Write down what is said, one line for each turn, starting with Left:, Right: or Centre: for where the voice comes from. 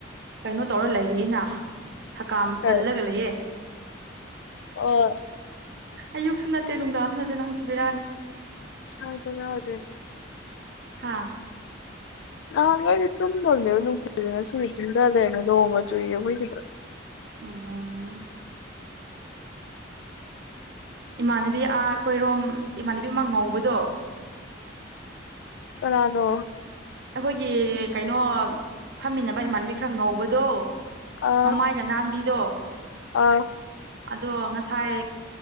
Right: ꯀꯩꯅꯣ ꯇꯧꯔ ꯂꯩꯔꯤꯌꯦꯅ ꯍ ꯀꯥꯝꯁꯜꯂꯒꯂꯌꯦꯦ
Left: ꯀꯩ ꯑꯣ
Right: ꯑꯌꯨꯛꯁꯨ ꯅꯠꯇꯦ ꯅꯨꯡꯗꯥꯡꯁꯨ ꯅꯠꯇꯦ ꯅꯪꯁꯨꯨꯕꯤꯔꯛꯑꯅꯤ
Left: ꯍꯗ ꯌꯥꯗꯦ
Right: ꯍꯥꯥ
Left: ꯅꯍꯥꯟꯈ ꯑꯩꯩꯅ ꯆꯨꯝꯗꯕꯅꯦꯕ ꯅꯨꯡꯇꯤꯁꯤꯅ ꯁꯨꯗꯤ ꯇꯨꯝꯊꯂꯦꯅ ꯅꯣꯡꯉ ꯆꯨꯏꯌꯦ ꯑꯩꯈꯣꯏꯒꯤꯗꯣ
Right: ꯎꯝ
Left: <inaudible>
Right: ꯏꯃꯥꯟꯅꯕꯤ ꯑꯥ ꯑꯩꯈꯣꯏꯔꯣꯝ ꯏꯃꯥꯟꯅꯕꯤ ꯑꯃ ꯉꯧꯕꯗꯣ
Left: ꯀꯅꯥꯗꯣ
Right: ꯑꯩꯈꯣꯏꯒꯤ ꯀꯩꯅꯣ ꯐꯝꯃꯤꯟꯅꯕ ꯏꯃꯥꯟꯕꯤ ꯈꯔ ꯉꯧꯕꯗꯣ
Left: ꯑꯥ
Right: ꯃꯃꯥꯏꯒ ꯅꯥꯥꯟꯕꯤꯗꯣ
Left: ꯑꯥ
Right: ꯑꯗꯣ ꯉꯁꯥꯏ